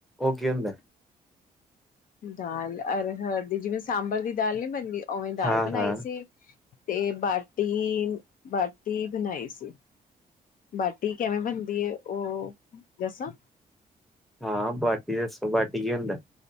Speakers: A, in the centre; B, on the left (about 60°).
A: ਉਹ ਕੀ ਹੁੰਦਾ?
B: ਦਾਲ ਹਰ ਹਰ ਦੀ ਜਿਵੇਂ ਸਾਂਬਰ ਦੀ ਦਾਲ ਨਹੀਂ ਬਣਦੀ ਉਵੇਂ ਦਾਲ
A: ਹਾਂ
B: ਬਣਾਈ
A: ਹਾਂ
B: ਸੀ ਤੇ ਬਾਟੀ ਬਾਟੀ ਬਣਾਈ ਸੀ ਬਾਟੀ ਕਿਵੇਂ ਬਣਦੀ ਉਹ ਦੱਸਾਂ
A: ਹਾਂ ਬਾਟੀ ਦੱਸੋ ਬਾਟੀ ਕੀ ਹੁੰਦਾ